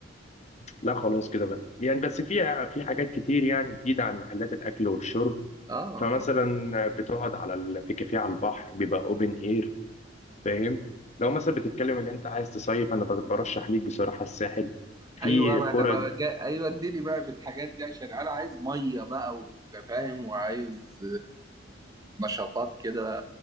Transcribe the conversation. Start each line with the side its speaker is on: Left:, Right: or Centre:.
Left: لا خلاص كده بقى يعني بس في في حاجات كتير يعني جديدة عن محلات الأكل والشرب
Right: اه
Left: فمثلا بتقعد على ال... في كافيه على البحر بيبقى أوبن إير فاهم لو مثلا بتتكلم إن أنت عايز تصيف أنا ب- برشح ليك بصراحة الساحل في
Right: ايوه ما
Left: كرة
Right: انا بقى جا... ايوه اديني بقى في الحاجات دي عشان انا عايز ميه بقى وانت فاهم وعايز آه، نشاطات كده